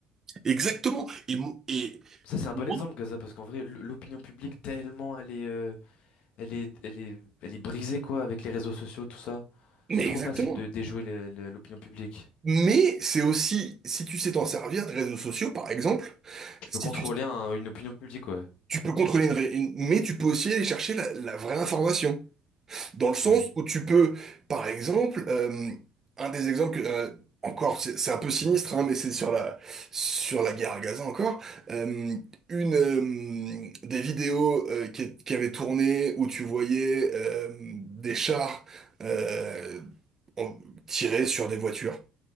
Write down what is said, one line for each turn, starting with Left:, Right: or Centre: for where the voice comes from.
Right: exactement. Et, mo- et
Left: Ça c'est un bon
Right: moi,
Left: exemple Gaza parce qu'en vrai l- l'opinion publique tellement elle est, euh, elle est elle est elle est brisée quoi avec les réseaux sociaux tout ça.
Right: mais
Left: C'est trop
Right: exactement.
Left: facile de déjouer les- les- l'opinion publique.
Right: Mais c'est aussi, si tu sais t'en servir des réseaux sociaux, par exemple, si
Left: De contrôler
Right: tu,
Left: un- une opinion publique ouais.
Right: tu peux contrôler une, ré- une- mais tu peux aussi aller chercher la, la vraie information. Dans le sens
Left: Oui.
Right: où tu peux, par exemple, euh, un des exemples que, euh, encore, c'est c'est un peu sinistre, hein, mais c'est sur la, sur la guerre à Gaza encore, euh, une euh, des vidéos euh, qui, qui avaient tourné où tu voyais euh, des chars euh, en- tirer sur des voitures